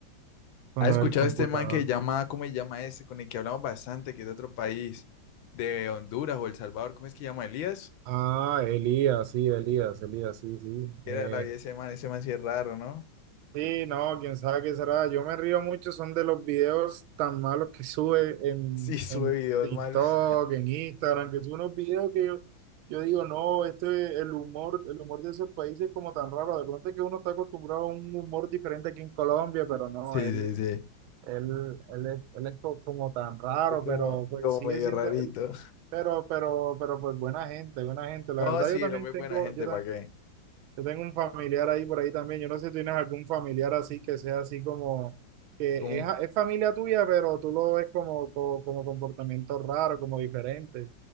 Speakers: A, on the right; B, on the left.
A: con
B: ¿Has
A: lo
B: escuchado
A: del computador.
B: este man que llama, cómo se llama ese, con el que hablamos bastante, que es de otro país, de Honduras o El Salvador? ¿Cómo es que llama Elías?
A: Ah, Elías, sí, Elías, Elías, sí, sí.
B: ¿Qué
A: eh,
B: Era la vida de ese man, ese man sí es raro, ¿no?
A: Sí, no, quién sabe qué será. Yo me río mucho, son de los videos tan malos que sube
B: <laughs>
A: en,
B: Sí, sube
A: en
B: videos
A: TikTok,
B: malos.
A: en Instagram, que son unos videos que yo, yo digo, no, este, el humor, el humor de esos países es como tan raro. De pronto es que uno está acostumbrado a un humor diferente aquí en Colombia, pero no,
B: Sí,
A: él,
B: sí, sí.
A: él, él, es, él es co- como tan raro,
B: Es como,
A: pero pues
B: como
A: sigue
B: medio
A: siendo,
B: rarito.
A: él, pero, pero, pero pues buena gente, buena gente. La
B: No,
A: verdad
B: sí,
A: yo también
B: el hombre
A: tengo,
B: es buena gente,
A: yo,
B: ¿para qué?
A: yo tengo un familiar ahí por ahí también. Yo no sé si tienes algún familiar así que sea así como que
B: Como,
A: es, es familia tuya, pero tú lo ves como, como, como comportamiento raro, como diferente.